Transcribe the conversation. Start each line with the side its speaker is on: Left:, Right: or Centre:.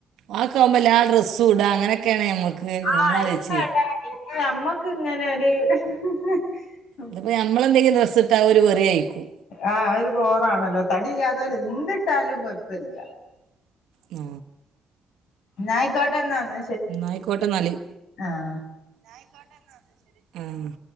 Right: ആ കമ്മല്, ആ ഡ്രസ്സുംഇടാ, അങ്ങനെ ഒക്കെ ആണ് നമുക്ക്
Left: ആഹ്..
Right: നമ്മളാലോചിച്ച്
Left: എന്തണ്ട ഇനി നമ്മക്ക് ഇങ്ങനെ ഒരു.. ഹ്ഹ ഹ്ഹ ഹഹ
Right: ഇതിപ്പോൾ നമ്മളെന്തെങ്കിലും ഡ്രസ്സിട്ട, ഒരു എറി ആയിരിക്കും.
Left: ആഹ്! ഒരു ബോറാണല്ലോ? തടിയില്ലാത്തവരു എന്തിട്ടാലും കൊഴപ്പമില്ല..
Right: ആ
Left: ന്നാ ആയിക്കോട്ടെ എന്നാണ്...
Right: ആയിക്കോട്ടെ എന്നാല്..
Left: ആഹ്! !
Right: ആയിക്കോട്ടെന്നാലു.. ആഹ്...